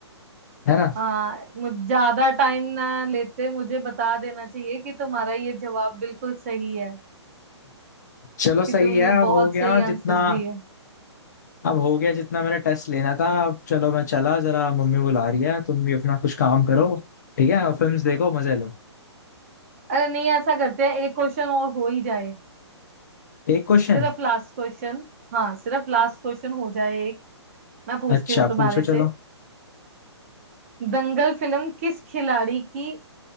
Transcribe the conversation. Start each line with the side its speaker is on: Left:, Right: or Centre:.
Left: है ना
Right: हाँ मुझ ज्यादा टाइम ना लेते मुझे बता देना चाहिए कि तुम्हारा ये जवाब बिल्कुल सही है
Left: चलो सही
Right: कि तुमने
Left: है अब
Right: बहुत
Left: हो गया
Right: सही आंसर
Left: जितना
Right: दिया
Left: अब हो गया जितना मेरा टेस्ट लेना था अब चलो मैं चला जरा मम्मी बुला रही है तुम भी अपना कुछ काम करो ठीक है और फिल्म्स देखो मजे लो
Right: अरे नहीं ऐसा करते हैं एक क्वेश्चन और हो ही जाए
Left: एक क्वेश्चन
Right: सिर्फ लास्ट क्वेश्चन हाँ सिर्फ लास्ट क्वेश्चन हो जाए एक मैं पूछती
Left: अच्छा
Right: हूँ तुम्हारे
Left: पूछो चलो
Right: से दंगल फिल्म किस खिलाड़ी की